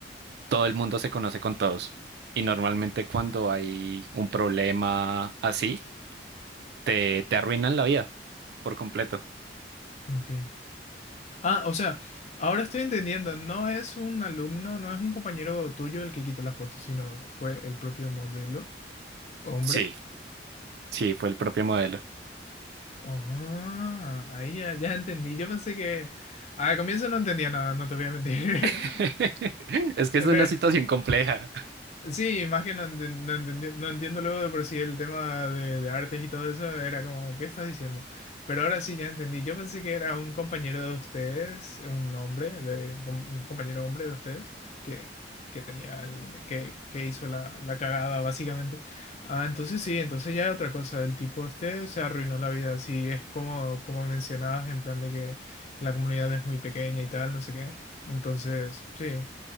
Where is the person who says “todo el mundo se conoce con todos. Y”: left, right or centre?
Right